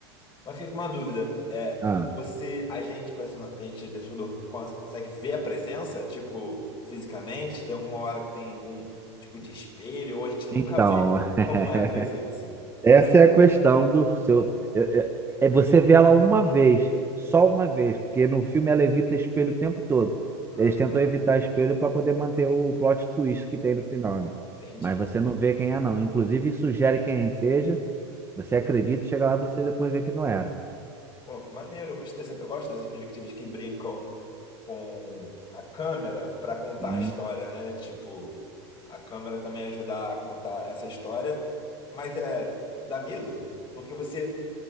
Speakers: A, on the left (about 35°); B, on the right (about 15°).
A: Mas fica com uma dúvida. É,
B: Ah,
A: você, a gente, persona- a gente, telespectador, cons- consegue ver a presença, tipo, fisicamente? Tem alguma hora que tem algum tipo de espelho, ou a gente nunca
B: então,
A: vê
B: <laughs>
A: como é a presença?
B: essa é a questão do seu. eu- eu- é você vê ela uma vez, só uma vez, porque no filme ela evita espelho o tempo todo.
A: Ah,
B: Eles tentam evitar espelho para poder manter o plot twist que tem no final, né?
A: entendi.
B: Mas você não vê quem é, não. Inclusive, sugere quem seja Você acredita, e chega lá você depois vê que não era.
A: Pô, que maneiro. Eu gosto dessa, eu gosto dessas perspectivas que brincam com a câmera para contar
B: Sim.
A: a história, né? Tipo, a câmera também ajudar a contar essa história, mas é, dá medo, porque você